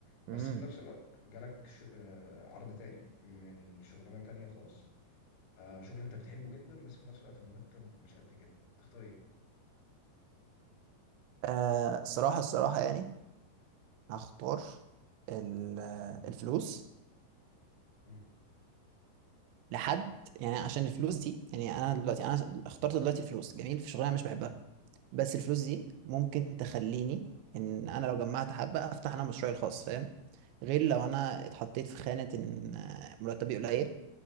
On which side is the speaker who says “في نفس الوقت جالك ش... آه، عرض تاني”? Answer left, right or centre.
Left